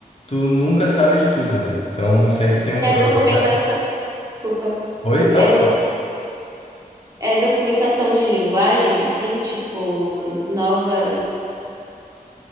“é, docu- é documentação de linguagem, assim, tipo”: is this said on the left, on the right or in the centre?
Right